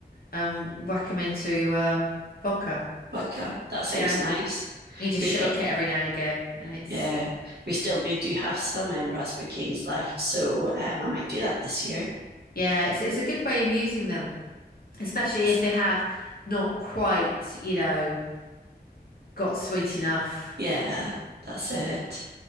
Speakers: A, on the left; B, on the right.
A: and whack them into um, vodka.
B: Vodka. That sounds
A: Yeah,
B: nice.
A: you just
B: We've
A: shake
B: got
A: it every now and again, and it's
B: Yeah, we still we do have some um, raspberry canes left, so um, I might do that this year.
A: yeah, it's it's a good way of using them, especially
B: That's
A: if they have not quite, you know, got sweet enough.
B: yeah, that's it.